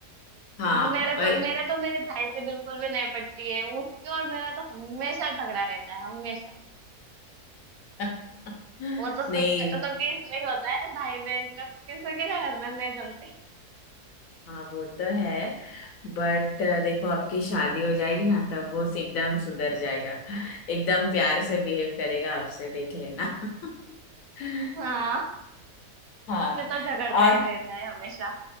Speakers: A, on the left (about 65°); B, on the right (about 70°).
A: हाँ
B: मेरे
A: और
B: तो मेरे तो मेरे भाई से बिल्कुल भी नहीं पटती है उसके और मेरा तो हमेशा झगड़ा रहता है हमेशा
A: <laughs>
B: वो तो सबका
A: नहीं
B: सबके इसमें ही होता है भाई बहन का तो किसी के घर में नहीं जमती
A: हाँ वो तो है बट देखो आपकी शादी हो जाएगी ना तब वो एकदम सुधर जाएगा एकदम प्यार से बिहेव करेगा आपसे देख लेना <laughs>
B: हाँ
A: हाँ
B: अभी तो झगड़ता
A: और
B: ही रहता है हमेशा